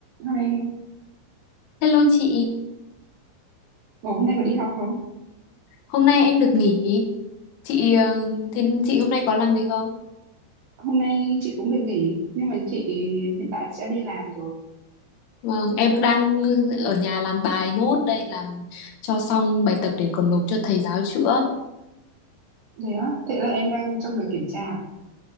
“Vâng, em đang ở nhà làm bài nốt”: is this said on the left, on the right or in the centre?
Left